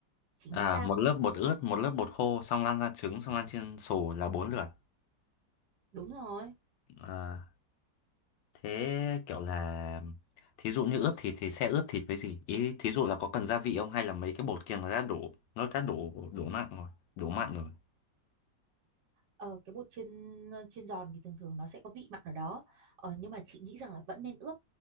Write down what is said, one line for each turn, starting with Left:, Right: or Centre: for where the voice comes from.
Right: chính
Left: à
Right: xác
Left: một lớp bột ướt một lớp bột khô xong lan ra trứng xong lan chiên xù là bốn lượt
Right: đúng rồi
Left: À, Thế kiểu là thí dụ như ướp thịt thì sẽ ướp thịt với gì? Ý thí dụ là có cần gia vị không hay là mấy cái bột kia nó đã đổ nó đã đổ đổ mặn rồi, đổ mặn rồi.
Right: Ờ, cái bột chiên ờ, chiên giòn thì thường thường nó sẽ có vị mặn ở đó ờ, nhưng mà chị nghĩ rằng là vẫn nên ướp